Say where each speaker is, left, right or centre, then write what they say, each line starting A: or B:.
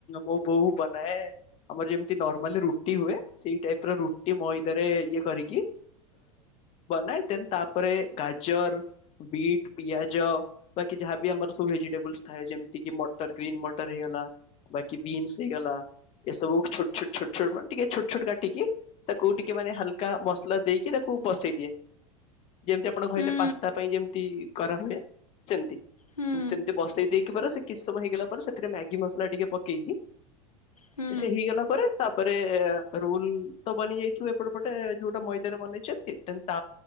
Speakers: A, on the left; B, on the left.
A: ମୋ ବୋଉ ବନାଏ ଆମର ଯେମିତି ନର୍ମାଲ ରୁଟି ହୁଏ ସେଇ ଟାଇପ ରୁଟି ମଇଦା ଇଏ କରିକି ବନାଏ ଦେନ ତାପରେ ଗାଜର ବିଟ ପିଆଜ ବାକି ଯାହାବି ଆମର ସବୁ ଭେଜିଟେବୁଲସ ଥାଏ ଯେମତି କି ମଟର ଗ୍ରୀନ୍ ମଟର ହେଇଗଲା ବାକି ବିନ୍ସ ହେଇଗଲା ଏ ସବୁ ଛୋଟ ଛୋଟ ଛୋଟ ଛୋଟ ମାନେ ଟିକେ ଛୋଟ ଛୋଟ କାଟିକି ତାକୁ ଟିକେ ମାନେ ହାଲକା ମସଲା ଦେଇକି ତାକୁ ବସେଇ ଯେମିତି ଆପଣ କହିଲେ
B: ହୁଁ
A: ପାସ୍ତା ପାଇଁ ଯେମତି କରାହୁଏ ସେମିତି
B: ହୁଁ
A: ସେମିତି ବସେଇ ଦେଇକି ପରେ ସେ କିଛି ସମୟ ହେଇଗଲା ପରେ ସେଥିରେ ମ୍ୟାଗି ମସଲା ଟିକେ ପକେଇକି
B: ହୁଁ
A: ସେ ହେଇଗଲା ପରେ ତାପରେ ରୁଲ ତ ବି ଯାଇଥିବେ ଏପଟେ ପଟେ ଯୋଉଟା ମଇଦାନ ବନେଇଛନ୍ତି। ତା